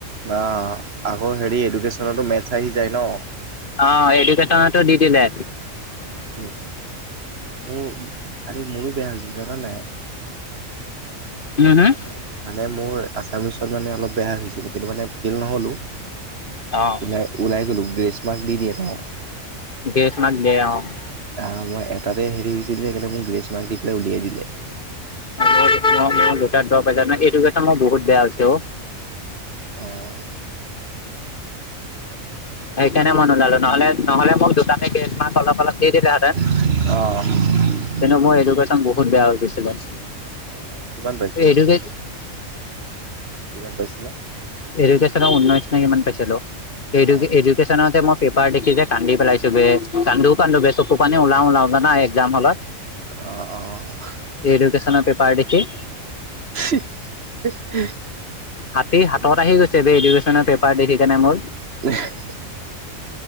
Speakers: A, on the right; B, on the left.
A: অ' আকৌ হেৰি, এডুকেশ্যনতো মেটছ আহি যায় ন
B: অ' এডুকেশ্বনতো দি দিলে
A: মোৰ, আৰে মোৰো বেয়া হৈছিল জানা নাই
B: উম হম
A: মানে মানে মোৰ আছামিছত মানে অলপ বেয়া হৈছিল, কিন্তু মানে ফেইল নহ'লো ওলাই,
B: অ'
A: ওলাই গলো গ্ৰেছ মাৰ্ক দি দিয়ে ন?
B: গ্ৰেচ মাৰ্ক দিয়ে অ'।
A: অ', মই এটাতে হেৰি হৈছিল যে, সেইকাৰণে মোক গ্ৰেছ মাৰ্ক দি পেলাই উলিয়াই দিলে।
B: <unintelligible> এডুকেশ্বন মোৰ বহুত বেয়া হৈছে অ'।
A: অ'।
B: সেইকাৰণে মই নোলালো, নহলে-নহলে মোক দুতাতে গ্ৰেচ মাৰ্ক অলপ অলপ দি দিলে হেঁতেন।
A: অ'।
B: কিন্তু মোৰ এডুকেশ্যন বহুত বেয়া হৈ গৈছিলে।
A: অ', কিমান পাইছিলা
B: এডুকেট
A: এডুকেশ্যন? কিমান পাইছিলা?
B: এডুকেশ্যনত ঊনৈশ নে কিমান পাইছিলোঁ, এডো-এডুকেশ্ব
A: অ'
B: নতে মই পেপাৰ দেখি যে কান্দি পেলাইছো বে, কান্দো কান্দো বে চকু পানি ওলাও ওলাওঁ জানা, এক্সাম হলত।
A: অ', অ'।
B: এডুকেশ্বনৰ পেপাৰ দেখি।
A: <unintelligible>
B: হাতী হাতত আহি গৈছে বে, এডুকেশচনৰ পেপাৰ দেখি কেনে মোৰ।
A: <unintelligible>